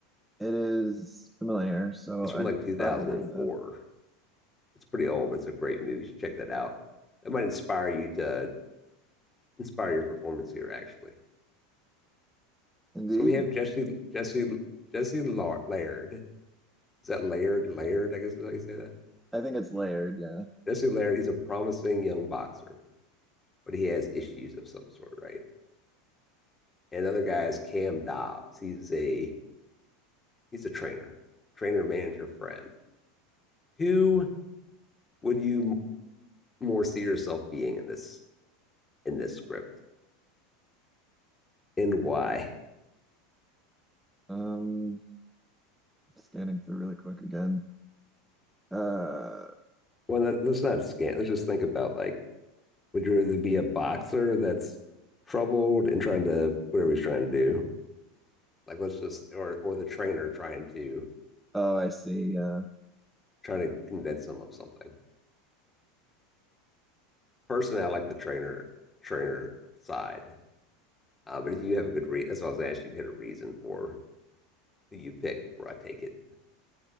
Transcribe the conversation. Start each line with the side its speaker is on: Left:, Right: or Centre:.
Centre: It is familiar, so
Left: It's from
Centre: I
Left: like 2004.
Centre: probably have.
Left: It's pretty old, but it's a great movie. You should check that out. That might inspire you to inspire your performance here, actually.
Centre: Indeed,
Left: So we have Jesse Jesse Jesse Laird. Is that Laird? Laird, I guess is how you say that.
Centre: I think it's layered. Yeah.
Left: Jesse Laird. He's a promising young boxer, but he has issues of some sort, right? And the other guy is Cam Dobbs. He's a he's a trainer, trainer, manager, friend. Who would you more see yourself being in this in this script, and why?
Centre: Um, scanning through really quick again. Uh,
Left: Well, that, let's not scan. Let's just think about like, would you rather be a boxer that's troubled and trying to whatever he's trying to do? Like, let's just or or the trainer trying to
Centre: oh, I see. Yeah.
Left: trying to convince him of something. Personally, I like the trainer trainer side. Uh, but if you have a good reason, that's what I was asking. You had a reason for who you pick before I take it.